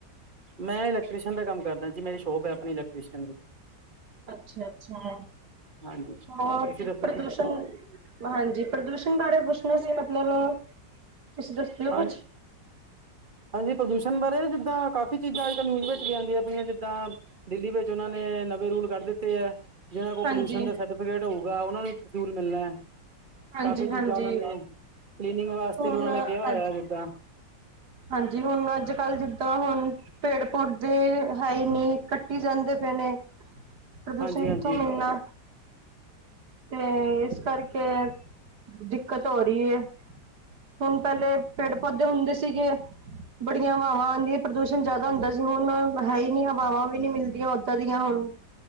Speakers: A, on the right; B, on the right.
A: ਮੈਂ ਇਲੈਕਟ੍ਰੀਸ਼ਨ ਦਾ ਕੰਮ ਕਰਦਾ ਜੀ। ਮੇਰੀ ਸ਼ੋਪ ਹੈ ਆਪਣੀ ਇਲੈਕਟ੍ਰੀਸ਼ਨ ਦੀ।
B: ਅੱਛਾ, ਅੱਛਾ
A: ਹਾਂਜੀ ਤੁਸੀਂ
B: ਹੋਰ
A: ਦੱਸੋ
B: ਪ੍ਰਦੂਸ਼ਣ।
A: ਜੀ
B: ਹਾਂਜੀ, ਪ੍ਰਦੂਸ਼ਣ ਬਾਰੇ ਪੁੱਛਣਾ ਸੀ ਮਤਲਬ ਤੁਸੀਂ ਦੱਸ ਦਿਓ
A: ਹਾਂ
B: ਕੁਛ।
A: ਹਾਂਜੀ ਪ੍ਰਦੂਸ਼ਣ ਬਾਰੇ ਜਿੱਦਾਂ ਕਾਫ਼ੀ ਚੀਜ਼ਾਂ ਅੱਜ ਕੱਲ੍ਹ ਨਿਊਜ਼ ਵਿੱਚ ਵੀ ਆਉਂਦੀਆਂ ਪਈਆਂ ਜਿੱਦਾਂ। ਦਿੱਲੀ ਵਿੱਚ ਉਹਨਾਂ ਨੇ ਨਵੇਂ ਰੂਲ ਕਰ ਦਿੱਤੇ ਹੈ। ਜਿਹਨਾਂ ਕੋਲ
B: ਹਾਂਜੀ
A: ਪੋਲਿਊਸ਼ਨ ਦਾ ਸਰਟੀਫਿਕੇਟ ਹੋਊਗਾ ਉਹਨਾਂ ਨੂੰ ਫਿਊਲ ਮਿਲਣਾ।
B: ਹਾਂਜੀ
A: ਕਾਫੀ ਚੀਜ਼ਾਂ
B: ਹਾਂਜੀ
A: ਉਹਨਾਂ ਨੇ ਕਲੀਨਿੰਗ ਵਾਸਤੇ
B: ਹੁਣ
A: ਵੀ ਉਹਨਾਂ ਨੇ ਕਿਹਾ ਹੋਇਆ
B: ਅੱਜ
A: ਜਿੱਦਾਂ।
B: ਹਾਂਜੀ ਹੁਣ ਅੱਜ ਕੱਲ੍ਹ ਜਿੱਦਾਂ ਹੁਣ। ਪੇੜ ਪੌਦੇ ਹੈ ਹੀ ਨਹੀਂ ਕੱਟੀ ਜਾਂਦੇ ਪਏ ਨੇ। ਪ੍ਰਦੂਸ਼ਣ
A: ਹਾਂਜੀ ਹਾਂਜੀ
B: ਕਿੱਥੋਂ ਮਿਲਣਾ। ਤੇ ਇਸ ਕਰਕੇ ਦਿੱਕਤ ਹੋ ਰਹੀ ਹੈ। ਹੁਣ ਪਹਿਲੇ ਪੇੜ ਪੌਦੇ ਹੁੰਦੇ ਸੀਗੇ। ਬੜੀਆਂ ਹਵਾਵਾਂ ਆਉਂਦੀਆਂ ਪ੍ਰਦੂਸ਼ਣ ਜਿਆਦਾ ਹੁੰਦਾ ਸੀ ਹੁਣ ਹੈਈ ਨਹੀਂ ਹਵਾਵਾਂ ਵੀ ਨਹੀਂ ਮਿਲਦੀਆਂ ਉਦਾਂ ਦੀਆਂ ਹੁਣ।